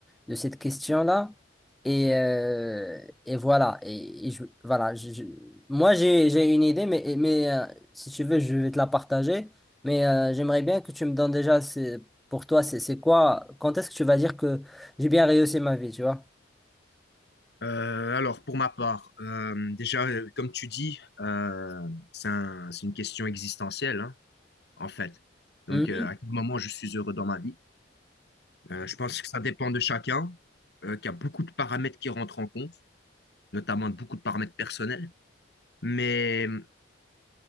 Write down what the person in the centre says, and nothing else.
de cette question-là. Et, euh, et voilà. Et, et je- voilà. je- je- moi, j'ai, j'ai une idée, mais, mais euh, si tu veux, je vais te la partager. Mais euh, j'aimerais bien que tu me donnes déjà, c'est, pour toi, c'est c'est quoi, quand est-ce que tu vas dire que j'ai bien réussi ma vie, tu vois?
Mhm,